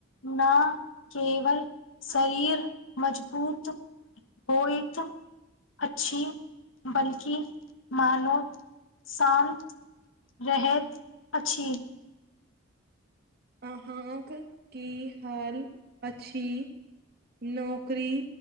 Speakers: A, on the left; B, on the right.
A: न केवल शरीर मजबूत होयत अछि बल्कि मानव शान्त रहैत अछि।
B: अहाँक की हाल अछि? नौकरी